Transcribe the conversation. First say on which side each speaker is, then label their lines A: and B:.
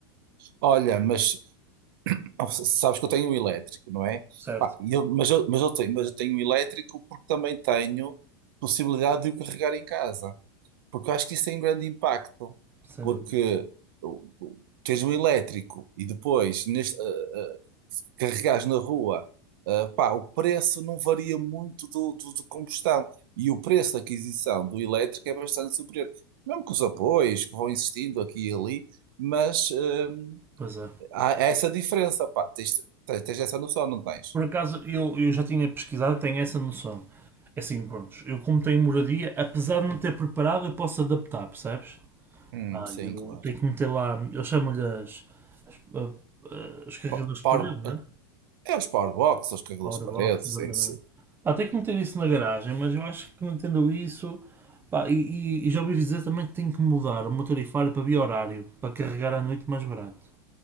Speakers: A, on the right (about 70°); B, on the right (about 20°).
A: Olha, mas Ah, Sabes que eu tenho um elétrico, não é?
B: Certo,
A: Pá, e eu- mas, eu, mas, eu tenho, mas eu tenho um elétrico porque também tenho possibilidade de o carregar em casa. Porque eu acho que isso tem um grande impacto.
B: sem
A: Porque
B: dúvida.
A: o- o- tens um elétrico e depois neste, ah, ah, carregares na rua, ah, pá, o preço não varia muito do, do, do combustão. E o preço de aquisição do elétrico é bastante superior. Mesmo com os apoios que vão existindo aqui e ali, mas. hum,
B: Pois é.
A: Há essa diferença, pá. Tens, tens, tens essa noção, não tens?
B: Por acaso eu, eu já tinha pesquisado, e tenho essa noção. É assim, pronto, eu como tenho moradia, apesar de não ter preparado, eu posso adaptar, percebes?
A: Hum,
B: Pá,
A: sim,
B: eu
A: claro.
B: tenho que meter lá, eu chamo-lhe as, as- a- a- os carregadores
A: Po-
B: de
A: Power,
B: parede, né?
A: eh, é os power box, os cabelos
B: Powerbox,
A: de parede,
B: exatamente.
A: sim, sim.
B: Pá, tenho que meter isso na garagem, mas eu acho que mantendo isso, pá, e, e- e já ouvi dizer também que tenho que mudar o meu tarifário para bi-horário, para carregar à noite mais barato.